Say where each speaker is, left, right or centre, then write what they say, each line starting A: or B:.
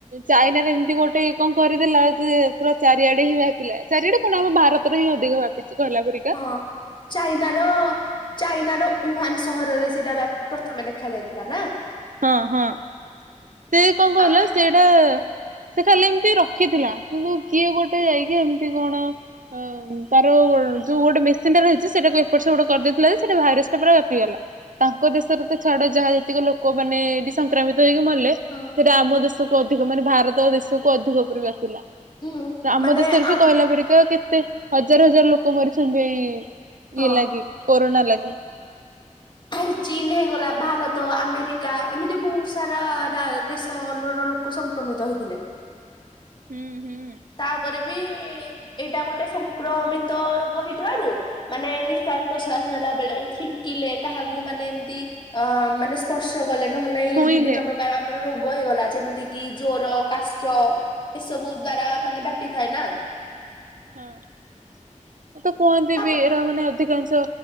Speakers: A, on the right; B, on the left.
A: ଚାଇନାରେ ଏମିତି ଗୋଟେ କଣ କରିଦେଲା ଯେ ପୁରା ଚାରିଆଡେ ହିଁ ବ୍ୟାପିଲା ଚାରିଆଡେ କଣ ଆମ ଭାରତ। ତରେ ହିଁ ଅଧିକ ବ୍ୟାଟିଛି କହିଲା ପରି।
B: ହଁ ଚାଇନାର। ଚାଇନାର ଉହାନ ସହରରେ ସେଇଟା ବ୍ୟାପି ପ୍ରଥମେ ଦେଖା ଯାଇଥିଲା ନା।
A: ହଁ ହଁ ସେ କଁ କହିଲ
B: ଆଉ ତା
A: ସେ। ଡେ ସେ ଖାଲି ଏମିତି ରଖିଥିଲା କିନ୍ତୁ କିଏ ଗୋଟେ ଯାଇକି ଏମିତି କଣ। ଉଁ ତାର ଯୋଉ ଗୋଟେ ମେସିନ୍ ଟା ରହିଛି ସେଇଟାକୁ ଏପଟ୍ ସେପଟ୍ କରି ଦେଇଥିଲା ଯେ ସେଠି ଭାଇରସ୍ ଟା ପୁରା ବ୍ୟାପିଗଲା। ତାଙ୍କ ଦେଶରେ ତ ଛାଡ ଯାହା ଜେତିକ ଲୋକ ମାନେ ଏଠି ସଂକ୍ରମିତ ହେଇକି ମଲେ।
B: ହଁ
A: ସେଇଟା ଆମ ଦେଶକୁ ଅଧିକ ମାନେ ଭାରତ ଦେଶକୁ ଅଧିକ ଉପରେ ବ୍ୟାପିଲା।
B: ହୁଁ
A: ଆମ
B: ମାନେ
A: ଦେଶରେ
B: ଆମ୍
A: ବି କହିଲା ପରିକା କେତେ ହଜାର ହଜାର ଲୋକ ମରିଛନ୍ତି ଏଇ।
B: ହଁ
A: ଇଏ ଲାଗି କରୋନା ଲାଗି।
B: ଭାଇ ଚୀନ ହେଇଗଲା ଭାରତ ଆମେରିକା ଏମିତି ବହୁତ ସାରା ରା ଦେଶ ର ଲୋ ଲୋକ ସଂକ୍ରମିତ ହୋଇଥିଲେ।
A: ହୁଁ ହୁଁ।
B: ତାପରେ ବି ଏଇଟା ଗୋଟେ ସଂକ୍ରମିତ ରୋଗ ହୋଇଥିବାରୁ। ମାନେ ନିଶ୍ୱାସ ପ୍ରଶ୍ଵାସ ନେଲା ବେଳେ ଛିଙ୍କିଲେ କାହାକୁ ମାନେ ଏମିତି ଅ ମାନେ। ସ୍ପର୍ଶ କଲେ ନହେଲେ ନାଇଁ
A: ଛୁଇଁଲେ
B: ବିଭିନ୍ନ ପ୍ରକାର ଆମର ରୋଗ ହେଇଗଲା ଯେମିତି କିି ଜ୍ଵର କାଶ। ଏସବୁ ଦ୍ଵାରା ମାନେ ବ୍ୟାପି ଥାଏ ନା।
A: ହଁ ତ କୁହନ୍ତି
B: ତାପ
A: ବି ଏରା ମାନେ। ଅଧିକାଂଶ